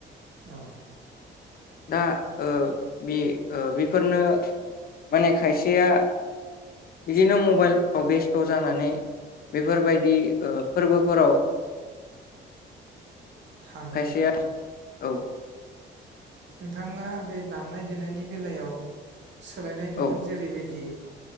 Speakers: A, on the right; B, on the left.
A: अ
B: दा ओ बे ओ बेफोरनो माने खायसेया बिदिनो मबायलफ्राव बेस्थ जानानै बेफोरबायदि फोरबोफोराव
A: थांङि
B: खायसेया औ
A: नोंथाङा बे दामनाय देनायनि बेलायाव सोलायनाय नुदों
B: औ
A: जेरैबायदि